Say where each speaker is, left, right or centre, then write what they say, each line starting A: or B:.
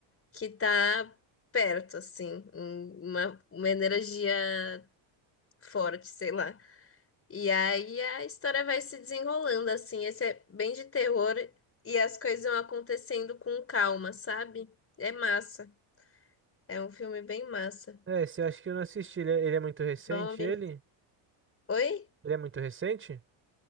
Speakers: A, on the left; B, on the right.
A: que tá perto, assim, um- uma, uma energia forte, sei lá. E aí a história vai se desenrolando, assim, esse é bem de terror e as coisas vão acontecendo com calma, sabe? É massa. É um filme bem massa.
B: É, esse eu acho que eu não assisti. Ele é, ele é muito recente,
A: Nome.
B: ele?
A: Oi?
B: Ele é muito recente?